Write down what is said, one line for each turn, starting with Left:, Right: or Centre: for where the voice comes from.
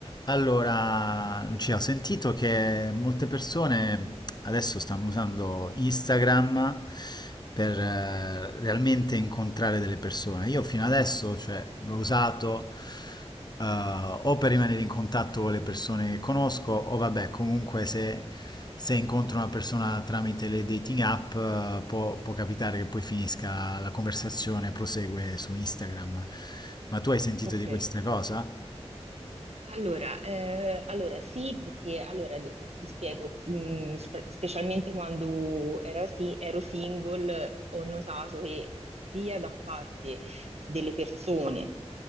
Left: Allora, Lucia, ho sentito che molte persone adesso stanno usando Instagram per eh, realmente incontrare delle persone. Io fino adesso, cioè, l'ho usato eh, o per rimanere in contatto con le persone che conosco, o vabbè, comunque se, se incontro una persona tramite le dating app, eh, può, può capitare che poi finisca la conversazione, prosegue su Instagram. Ma tu hai sentito
Right: Ok,
Left: di questa cosa?
Right: allora, eh, allora sì, perché allora, de- ti spiego, mh, spe- specialmente quando era si- ero single, ho notato che sia da parte delle persone